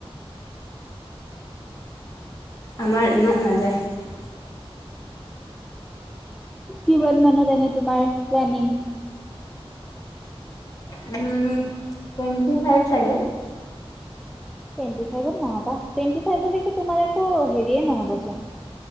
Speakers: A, on the left; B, in the centre.
A: আমাৰ ইমান নাযায়।
B: কিমান মানত এনে তোমাৰ প্লেনিং
A: উম। টুৱেণ্টি ফাইভ চাগে।
B: টুৱেণ্টি ফাইভত নহবা টুৱেণ্টি ফাইভলৈকে তোমাৰ একো হেৰিয়ে নহবচোন।